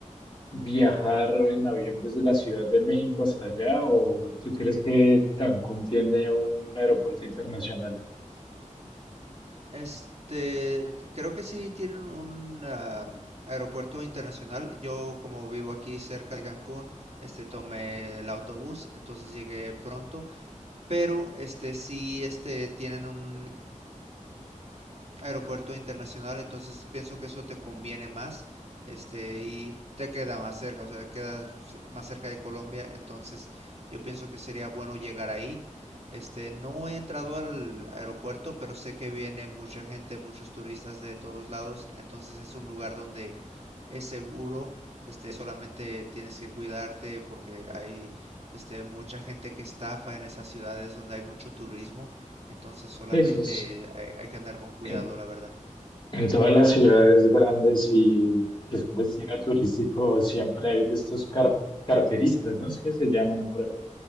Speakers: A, on the left (about 35°); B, on the right (about 55°).
A: viajar en avión desde la Ciudad de México hasta allá? ¿O tú crees que Cancún tiene un aeropuerto internacional?
B: Este, creo que sí tienen un am, aeropuerto internacional. Yo, como vivo aquí cerca de Cancún, este, tomé el autobús, entonces llegué pronto. Pero, este, sí, este, tienen un aeropuerto internacional, entonces pienso que eso te conviene más, este, y te queda más cerca, o sea, quedas más cerca de Colombia, entonces yo pienso que sería bueno llegar ahí. Este, no he entrado al aeropuerto, pero sé que viene mucha gente, muchos turistas de todos lados, entonces es un lugar donde es seguro, este, solamente tienes que cuidarte porque hay, este, mucha gente que estafa en esas ciudades donde hay mucho turismo. Entonces solamente
A: Eso es
B: hay, hay que andar con cuidado,
A: en,
B: la verdad.
A: en todas las ciudades grandes y que son destino turístico, siempre hay de estos car- carteristas, ¿no? Es que se llaman ahora.